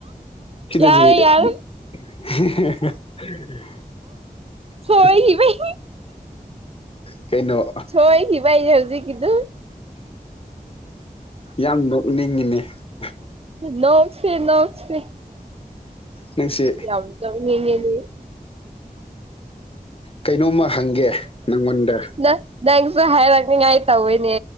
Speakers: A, on the left; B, on the right.
A: ꯁꯤꯗꯗꯤ
B: ꯌꯥꯔ ꯌꯥꯔ
A: <inaudible> <unintelligible>
B: ꯁꯣꯏꯈꯤꯕꯩ
A: ꯀꯩꯅꯣ
B: ꯁꯣꯏ ꯈꯈꯤꯕ ꯍꯥꯏ ꯆꯎꯁꯤ ꯀꯗꯨ
A: ꯌꯥꯝ ꯅ ꯎꯅꯤꯡꯉꯤꯅꯦ <unintelligible>
B: ꯅꯧꯁꯤꯦ ꯅꯎꯁꯤꯦ
A: ꯅꯪꯁꯦ
B: ꯌꯥꯝꯗꯅꯤ <unintelligible> <unintelligible>
A: ꯀꯩꯅꯣꯝꯃ ꯍꯪꯒꯦ ꯅꯪꯉꯣꯟꯗ
B: ꯅ ꯅꯪꯁꯨ ꯍꯥꯏꯔꯛꯅꯤꯉꯥꯏ ꯇꯧꯋꯤꯅꯦ